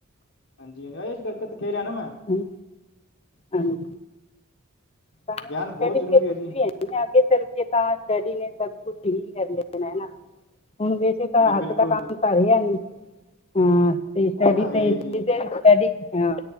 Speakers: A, on the left; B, on the left.
A: ਹਾਂਜੀ ਹਾਂਜੀ ਇਸ ਕਰਕੇ ਤੇੇ ਕਿਹਾ ਰਿਹਾ ਨਾ ਮੈਂ।
B: ਹੂੰ ਹਾਂਜੀ। ਸਟੱਡੀਜ਼
A: ਗਿਆਨ ਬਹੁਤ ਜ਼ਰੂਰੀ
B: ਲਾਇ ਕੁਛ
A: ਜੀ
B: ਵੀ ਹੈ। ਨਹੀਂ ਅੱਗੇ ਚੱਲਕੇ ਤਾਂ ਸਟੱਡੀ ਨੇ ਸਭ ਕੁਛ ਠੀਕ ਕਰ ਲਿਆ ਹਨਾ ਹੁਣ। ਹੁਣ ਤਾਂ
A: ਹਾਂਜੀ
B: ਹੱਥ
A: ਬਿਲਕੁਲ
B: ਦਾ ਕੰਮ ਤਾਂ ਰਿਹਾ ਨੀ। ਹਾਂ ਤੇ ਸਟੱਡੀ
A: ਉਹ ਤਾਂ ਹੈ
B: ਤੇ
A: ਹੀ
B: ਇਹਦੇ
A: ਹੈ ਜੀ
B: ਸਟੱਡੀ ਹਾਂ।